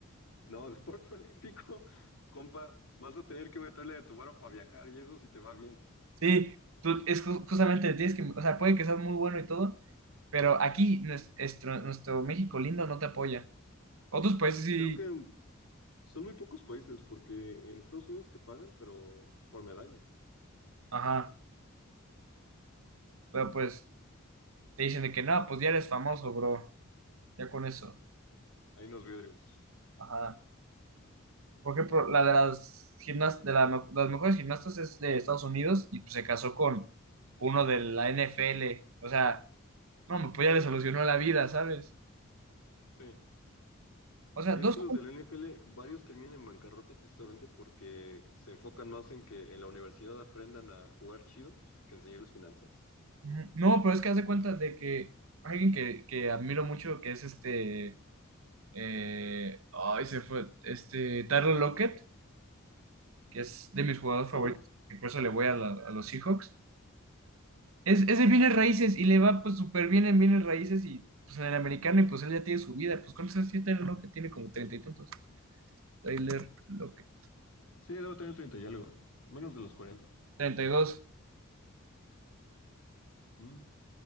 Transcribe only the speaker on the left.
No, deporte <laughs> olímpico, compa, vas a tener que meterle de tu varo para viajar y eso si te va bien.
Creo que son muy pocos países porque en Estados Unidos te pagan, pero por medalla.
Hay unos vidrios.
Sí.
Y
es que
los de la NFL, varios terminan en bancarrota justamente porque se enfocan más en que en la universidad aprendan a jugar chido que enseñarles finanzas.
Ajá.
Sí, debo tener treinta y algo, menos de los 40.
Mm.